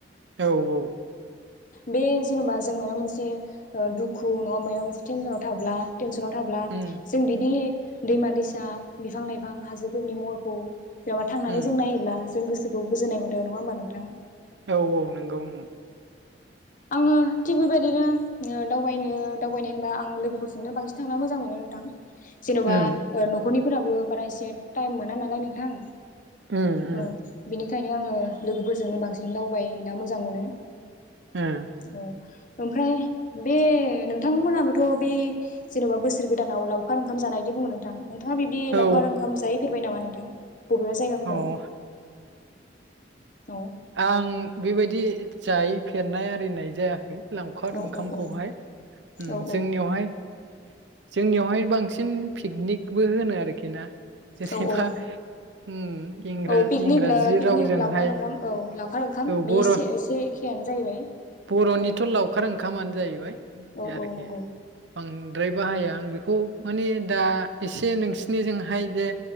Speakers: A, on the right; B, on the left.
A: औ औ
B: बे जेनेबा जों माबा मोनसे दुखु नंङा मायबा मोनसे टेनसनाव थाब्ला टेनसनाव थाब्ला
A: उम
B: जों बिदि दैमा दैसा बिफां लाइफां हाजोफोरनि महरखौ जेनबा थांनानै
A: उम
B: जों नायोब्ला जों गोसोखौ गोजोननाय मोनो नंङा होमबा नोंथां।
A: औ औ नंगौ ओं
B: आंङो थिक बेबायदिनो ओ। दावबायनो दावबायनाय होनबा आं लोगोफोरजोंनो बांसिन थांना मोजां मोनो नोंथां। जेनबा
A: उम
B: ओ न'खरनि फोराबो बारा एसे टाइम मोना नालाय नोंथां।
A: उम‌ उम
B: औ बिनि खायनो आंङो लोगोफोरजोंनो बांसिन दावबाय ना मोजां मोनो।
A: उम
B: औ ओमफ्राय बे नोंथांमोनहाबोथ' बे जेनबा बोसोर गोदानाव लावखार ओंखाम जानायदि बुंङो नोंथां। नोंथांङा बिबदि
A: ओ औ
B: लावखार ओंखाम जाहैफे हैबाय नामा नोंथां? बबेबा जायगाफोराव?
A: औ औ
B: औ
A: आं बेबायदि जायै फेरनाय आरिनाय जायाखै। लावखार
B: औ
A: ओंखामखौहाय
B: औ औ
A: उम
B: औ
A: जोंनियावहाय। जोंनियावहाय बांसिन पिकनिकबो होनो आरो खि ना। जेनेबा
B: औ औ
A: ओं इंरा-इंराजि
B: औ पिकनिक ला पिकनिक
A: रावजोंहाय।
B: लावखार ओंखाम औ लावखार ओंखाम
A: औ
B: बेसे
A: बर'
B: एसे एसे खेयानो जाहैबाय।
A: बर'निथ
B: औ
A: लावखार ओंखा खामानो जाहैबाय।
B: औ
A: आरोखि
B: औ नंगौ
A: बांद्राय बाहाया। आं बेखौ माने दा एसे नोंसिनि जों हाय जे